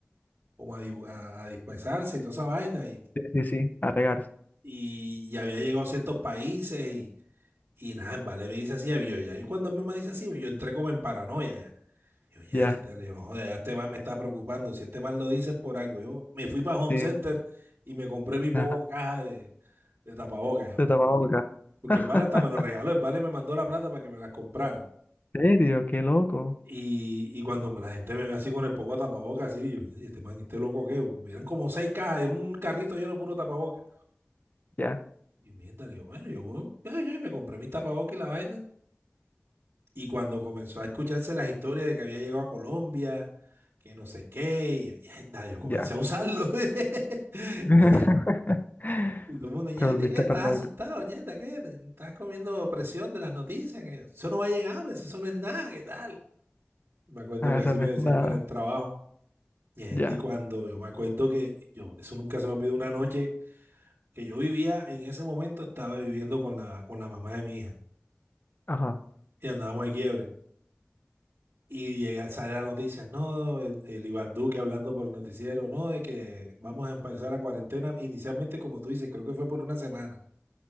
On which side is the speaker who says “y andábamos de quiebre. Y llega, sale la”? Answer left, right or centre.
Right